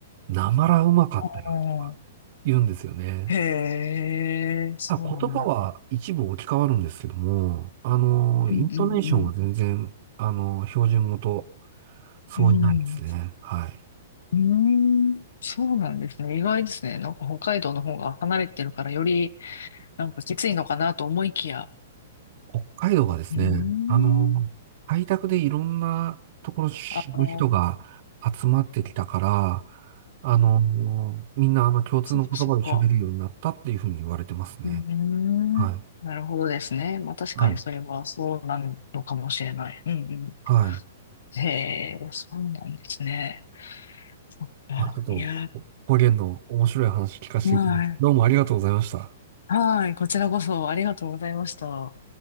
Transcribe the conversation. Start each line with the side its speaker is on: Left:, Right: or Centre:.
Right: なまらうまかったよと
Left: あ、
Right: 言うんですよね。
Left: へえ、そうなんだ。
Right: ただ言葉は一部置き換わるんですけども、あの、
Left: うんうん
Right: イントネーションは全然、あの、標準語と相違ないですね。
Left: うん。
Right: はい。
Left: うん、うーん、そうなんですね。意外ですね。なんか北海道の方が離れてるからよりなんかきついのかなと思いきや。
Right: 北海道はですね、
Left: うーん、
Right: あの、開拓でいろんなところの人が集まってきたから、
Left: ああ、
Right: あの、みんなあの共通の言葉で喋るようになったっていうふうに言われてますね。
Left: そっかそっか。うーん。
Right: はい。
Left: なるほどですね。まあ確かにそれはそうなのかもしれない。
Right: はい。
Left: うんう
Right: はい。
Left: ん。へえ、そうなんですね。そっか。
Right: まあ、ちょっと、
Left: いや、
Right: 方言の面白い話聞かせていただき、
Left: はい。
Right: どうもありがとうございました。
Left: はい。こちらこそありがとうございました。